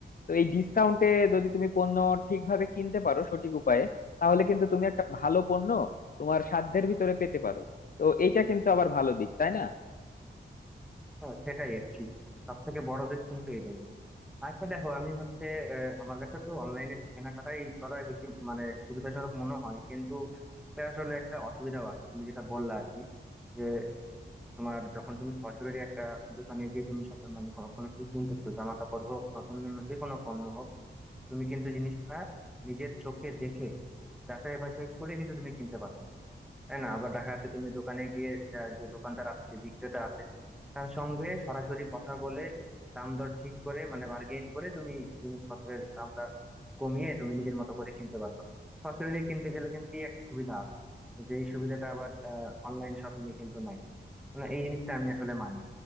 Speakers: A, on the left; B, in the centre.
A: তো এই ডিসকাউন্টে যদি তুমি পণ্য ঠিকভাবে কিনতে পারো সঠিক উপায়ে তাহলে কিন্তু তুমি একটা ভালো পণ্য তোমার সাধ্যের ভিতরে পেতে পারো তো এইটা কিন্তু আবার ভালো দিক তাই না
B: হ্যাঁ সেটাই আর কি সব থেকে বড় দিক কিন্তু এটাই আচ্ছা দেখো আমি হচ্ছে আহ, আমার কাছে তো অনলাইনে কেনাকাটাই করাই বেশি মানে সুবিধাজনক মনে হয় কিন্তু এটা আসলে একটা অসুবিধাও আছে তুমি যেটা বললা আর কি যে তোমার যখন তুমি সরাসরি একটা দোকানে গিয়ে তুমি সাথে মানে কোনো কোনো কিছু কিনতেছো জামা কাপড় হোক বা অন্যান্য যে কোনো পণ্য হোক তুমি কিন্তু জিনিসটা নিজের চোখে দেখে যাচাই বাছাই করে কিন্তু তুমি কিনতে পারতেছো তাই না আবার দেখা যাচ্ছে তুমি দোকানে গিয়ে যা- যে দোকানদার আছে যে বিক্রেতা আছে তার সঙ্গে সরাসরি কথা বলে দাম দর ঠিক করে মানে বার্গেইন করে তুমি জিনিসপত্রের দামটা একটু কমিয়ে তুমি নিজের মতো করে কিনতে পারবা সরাসরি কিনতে গেলে কিন্তু এই একটা সুবিধা আছে যে এই সুবিধাটা আবার অনলাইন শপিং এ কিন্তু নাই মানে এই জিনিসটা আমি আসলে মানি